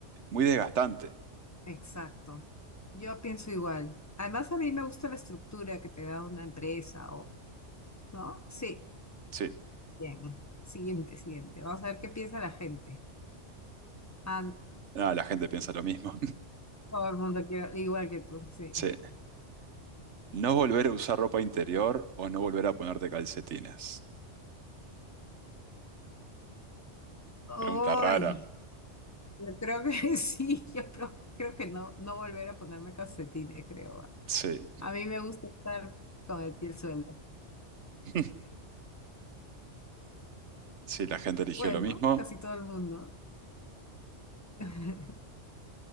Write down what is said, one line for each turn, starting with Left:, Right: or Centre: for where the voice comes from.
Right: muy desgastante.
Left: Exacto. Yo pienso igual. Además, a mí me gusta la estructura que te da una empresa o, ¿no? Sí.
Right: Sí,
Left: Bien, siguiente, siguiente. Vamos a ver qué piensa la gente. Ah, no,
Right: nada, la gente piensa lo mismo. <laughs>
Left: todo el mundo quiere, igual que tú, sí.
Right: Sí. No volver a usar ropa interior o no volver a ponerte calcetines.
Left: Uy,
Right: Pregunta rara.
Left: yo creo que <laughs> sí, yo pro- creo que no, no volver a ponerme calcetines, creo.
Right: Sí,
Left: A mí me gusta estar con el pie al suelo.
Right: <laughs> sí, la gente eligió
Left: Bueno,
Right: lo mismo.
Left: casi todo el mundo. <laughs>